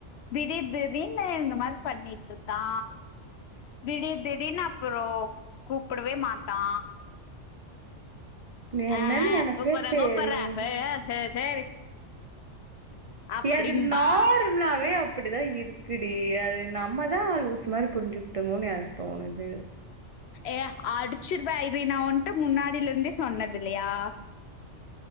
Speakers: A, on the left (about 65°); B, on the right (about 60°).
A: திடீர் திடீர்ன்னு இந்த மாரி பண்ணிட்டுருக் தா திடீர் திடீர்னு அப்புறோ கூப்படவே மாட்டா
B: இது என்னன்னு
A: ஆ ஆ
B: எனக்கே
A: கூப்பர்றே
B: தெரியல
A: கூப்பர்றே ஏ ஏ சே சேரி அப்டிம்பா
B: எது நா நார்மலாவே அப்படி தா இருக்குடி அது நம்ம தா லூசு மாரி புரிஞ்சிக்கிட்டோமோனு எனக்கு தோணுது
A: ஏ அடிச்சிருவேன் இதை நா உன்ட்ட முன்னாடியில இருந்தே சொன்னது இல்லையா